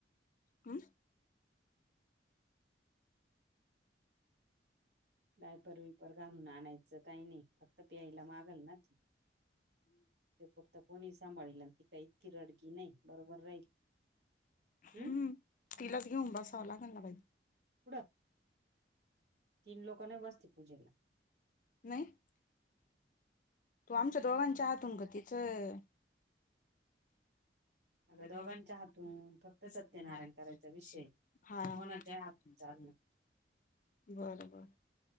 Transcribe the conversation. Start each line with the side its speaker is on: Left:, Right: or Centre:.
Left: हम्म
Right: डायपर विपर घालून आणायचं काही नाही फक्त प्यायला मागल ना त पुरत कोणी सांभाळल आणि ती का इतकी रडगी नाही बरोबर राहील
Left: हम्म
Right: हम्
Left: तिलाच घेऊन बसावं लागे ना बाईज
Right: कुठं? तीन लोकांनाच बसवतात पूजेला
Left: नाही. तू आमच्या दोघांच्या हातून ग तिचं
Right: अगं दोघांच्या
Left: दोघांाय
Right: हातून फक्त सत्यनारायण करायचा विषय
Left: विषया
Right: कोणाच्या
Left: चा
Right: हातून चालणार
Left: बर बरं.